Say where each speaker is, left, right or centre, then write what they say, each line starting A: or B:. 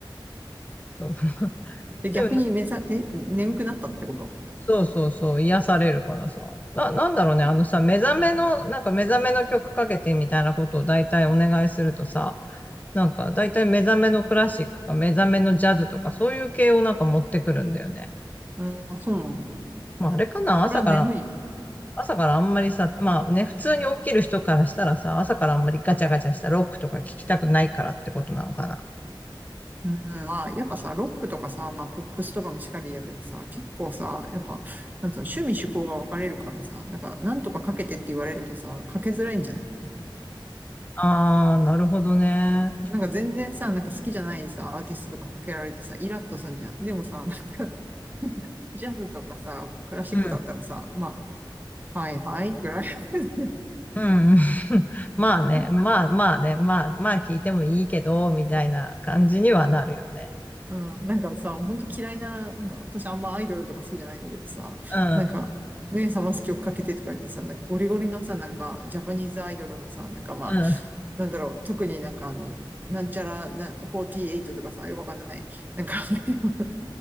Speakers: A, on the left; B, on the right.
A: そう
B: で、逆に目ざ、
A: でもね、
B: え、眠くなったってこと
A: そうそうそう、癒されるからさ。な、なんだろうね、あのさ、目覚めの、なんか目覚めの曲かけてみたいなことを大体お願いするとさ、なんか、だいたい目覚めのクラシックか目覚めのジャズとか、そういう系をなんか持ってくるんだよね。
B: うん、そうなんだ。
A: まあ、あれかな、
B: それは眠いよね。
A: 朝から、朝からあんまりさ、まあね、普通に起きる人からしたらさ、朝からあんまりガチャガチャしたロックとか聞きたくないからってことなのかな。
B: うん、まあ、やっぱさ、ロックとかさ、まあ、ポップスとかもしかりだけどさ、結構さ、やっぱ、なんつうの、趣味趣向が分かれるからさ、なんか、なんとかかけてって言われるとさ、かけづらいんじゃない
A: あー、なるほどね。
B: なんか全然さ、なんか好きじゃないさ、アーティストとかかけられてさ、イラッとすんじゃん。でもさ、なんか、<laughs> ジャズとかさ、クラシックだったらさ、
A: うん、
B: まあ、はいはいぐらいの感じだよ
A: うん、<laughs> うん。<laughs> まあね、
B: <laughs>
A: まあまあね、まあ、まあ聞いてもいいけど、みたいな感じにはなるよね。
B: うん、うん。なんかさ、ほんと嫌いな、なんか、私あんまアイドルとか好きじゃないんだけどさ、
A: うん、
B: なんか、目覚ます曲かけてとか言ってさ、なんかゴリゴリのさ、なんか、ジャパニーズアイドルのさ、なんかまあ、
A: うん、
B: なんだろう、特になんかあの、なんちゃらな、48とかさ、よくわかんない。なんか <laughs>